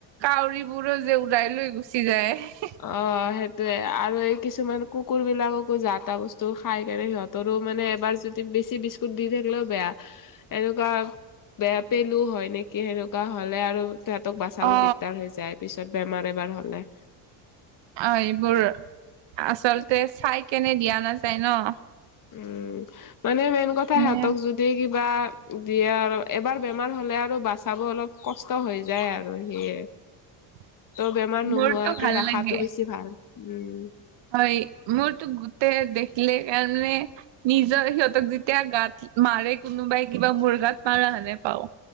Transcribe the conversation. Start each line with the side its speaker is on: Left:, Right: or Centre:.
Right: কাউৰীবোৰো যে উৰাই লৈ গুচি যায়।
Left: অ সেইটোয়ে আৰু এই কিছুমান কুকুৰ বিলাককো যা তা বস্তু খাই কাৰনে সিহঁত। তৰো মানে এবাৰ যদি বেছি বিস্কুট দি থাকিলেও বেয়া। এনেকুৱা বেয়া পেলো হয় নেকি সেনেকুৱা হলে আৰু। তিহঁতক বাচাব
Right: অ
Left: দিগদাৰ হৈ যায় পিছত বেমাৰ এবাৰ হলে।
Right: অ এইবোৰ আচলতে চাই কেনে দিয়া নাযায় ন।
Left: উম মানে মেইন কথা
Right: মানে
Left: সিহতক যদ হেই কিবা দিয়ে আৰু এবাৰ বেমাৰ হলে আৰু বাচাব অলপ কষ্ট হৈ। যায় আৰু সিয়ে।
Right: <inaudible>
Left: ত' বেমাৰ নোহোৱাকে
Right: মোৰতো ভাল
Left: ৰাখাতো
Right: লাগে
Left: বেছি ভাল উম।
Right: হয় মোৰতো গোতে দেখিলে কাৰনে। নিজৰ সিহঁতক যেতিয়া গাত মাৰে কোনোবাই কিবা মোৰ গাত মাৰা যেনে পাও।